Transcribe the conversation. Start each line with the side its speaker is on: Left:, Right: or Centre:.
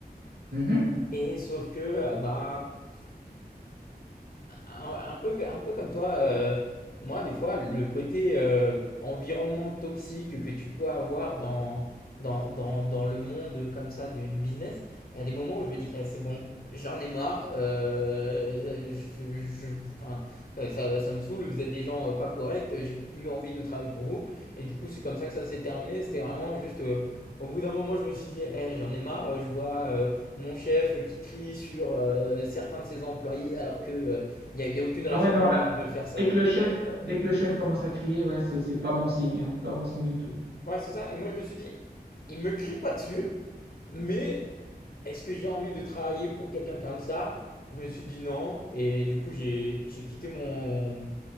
Right: ça?
Left: Et sauf que, euh, bah, un, un peu, un peu comme toi, euh, moi, des fois, le côté euh, environnement toxique que tu peux avoir dans, dans, dans, dans le monde comme ça du, du business, il y a des moments où je me dis, Eh, c'est bon, j'en ai marre, euh, je- je- enfin, euh, ça, ça me saoule, vous êtes des gens euh, pas corrects, j'ai plus envie de travailler pour vous. Et du coup, c'est comme ça que ça s'est terminé. C'était vraiment juste, euh, au bout d'un moment, je me suis dit, Eh, j'en ai marre, je vois euh, mon chef qui crie sur euh, certains de ses employés alors que... euh, il y a, il y a aucune raison
Right: Ah ouais, non,
Left: de,
Right: là,
Left: de faire ça,
Right: dès
Left: quoi.
Right: que le chef, dès que le chef commence à crier, ouais, c'est c'est pas bon signe, hein, pas bon signe du tout.
Left: Ouais, c'est ça. Et moi, je me suis dit, il me crie pas dessus, mais est-ce que j'ai envie de travailler pour quelqu'un comme ça? Je me suis dit non. Et du coup, j'ai, j'ai quitté mon,